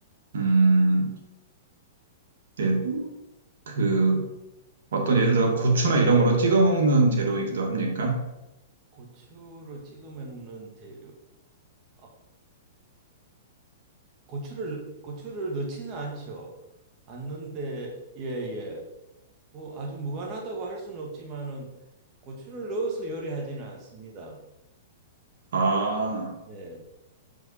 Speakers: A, on the right; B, on the right.
A: 음, 이제 그 어떤 예를 들어 고추나 이런 거로 찍어 먹는 재료이기도 합니까?
B: 고추로 찍어 먹는 재료. 어, 고추를 고추를 넣지는 않죠. 않는데 예 예. 뭐 아주 무관하다고 할 수는 없지만은 고추를 넣어서 요리하지는 않습니다.
A: 아,
B: 네.